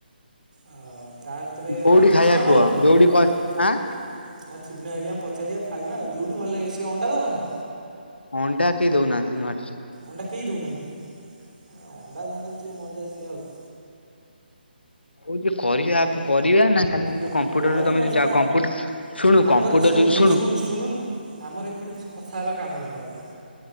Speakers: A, on the right; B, on the left.
A: ଓ ତା କତିରେ
B: କୋଉଠି
A: ହଁ ତିରିଶ
B: ଖାଇବା
A: ଟଙ୍କା
B: କୁହ
A: ନଉ।
B: ଯୋଉଠି
A: ଆଉ
B: କହ ଆଁ
A: ଥିବନା ଘରିକାଙ୍କୁ ପଚାରିବା ଖାଇବା ଆ ଯଉଠି ଭଲ ଲାଗିବ ସେ ଅଣ୍ଡା ଦବ ନା?
B: ଅଣ୍ଡା କେହି ଦଉନାହାନ୍ତି ନୂଆଟା।
A: ଅଣ୍ଡା କେହି ଦଉନାହାଁନ୍ତି ଆ ଅଣ୍ଡା ଦଉନାହାଛି ମଜା କି ଆଉ।
B: ହଉ ଯଯେ କରିଆପ କରିବା ନା କାଲି ଆମେ ଯଉ
A: ଏ
B: କମ୍ପୁଟର
A: କରିବା
B: ତମେ ଯଉ
A: ସେଇଟା
B: ଯା କମ୍ପୁଟର ଶୁଣୁ
A: ଆମର
B: କମ୍ପୁଟର ଯଉ
A: ଏଇ
B: ଶୁଣୁ
A: ଶୁଣୁନୁ ଆମର ଏପଟେ ହେଉଛି କଥା ହେବା କାମ ଏଇଟା ଗୋଟେ